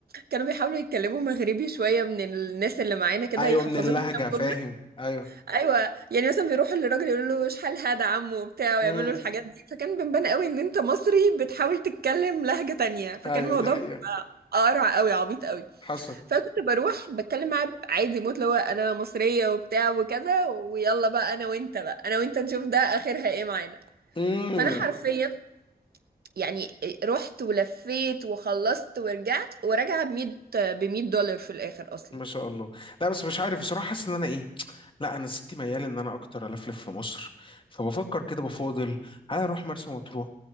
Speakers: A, on the right; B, on the left.
A: كانوا بيحاولوا يتكلموا مغربي شوية من الناس اللي معانا كده
B: ايوه
A: يحفظوهم
B: من اللهجة فاهم
A: كام
B: ايوه
A: ايوه يعني مثلا بيروحوا للراجل يقولوا له شحال هذا عمو وبتاع ويعملوا
B: مم.
A: الحاجات دي فكان بنبان قوي ان انت مصري بتحاول تتكلم لهجة تانية فكان
B: ايوه
A: الموضوع
B: دي حقيقة
A: بيبقى قرع قوي عبيط قوي
B: حصل
A: فكنت بروح بتكلم معاه عادي موت اللي هو انا مصرية وبتاع وكذا ويلا بقى انا وانت بقى انا وانت نشوف ده اخرها ايه معانا
B: مم.
A: فانا حرفيا يعني رحت ولفيت وخلصت ورجعت وراجعة ب 100 ب 100 دولار في الاخر اصلا
B: ما شاء الله لا بس مش عارف بصراحة حاسس ان انا ايه لا انا ستي ميال ان انا اكتر الفلف في مصر فبفكر كده بفاضل هل اروح مرسى مطروح